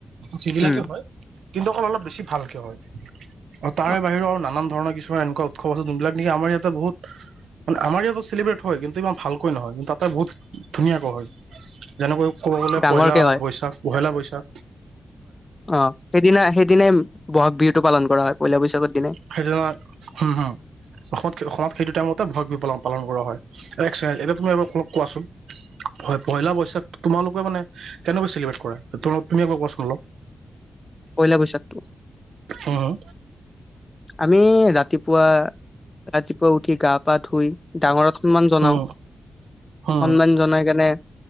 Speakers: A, on the right; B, on the left.
A: যিবিলাকে
B: উম,
A: হয় কিন্তু অকল অলপ বেছি ভালকে হয় আৰু তাৰে
B: অ,
A: বাহিৰেও আৰু নানান ধৰণৰ কিছু এনেকুৱা উৎসৱ আছে যোনবিলাক আমাৰ ইয়াতে বহুত মানে আমাৰ ইয়াত চেলিব্ৰেট হয় কিন্তু ইমান ভালকৈ নহয় কিন্ত তাতে বহুত ধুনীয়াকৈ হয় যেনেকৈ ক'ব গ'লে
B: ডাঙৰকে
A: পহিলা
B: হয়।
A: বৈশাখ পহেলা বৈছাত
B: অ সেইদিনা সেইদিনাই ব'হাগ বিহুটো পালন কৰা হয় পইলা বৈশাখত।
A: সেইটোনা হম হম অসমত অসমত সেইটো টাইমত এটা ভয় পালন পালন কৰা হয় এ একজ এতিয়া তুমি এবাৰ ক কোৱাচোন হয় পহিলা বৈশাখ তোমালোকে মানে কেনেকৈ চেলিব্ৰেট কৰা তুমি এবাৰ কোৱাচোন অলপ
B: প্ৰহািলা বৈশাখটো
A: উম
B: আমি ৰাতিপুৱা, ৰাতিপুৱা উঠি গা পা ধুই ডাঙৰত সমান জনাও
A: উম
B: সন্মান
A: উম
B: জনাই কেনে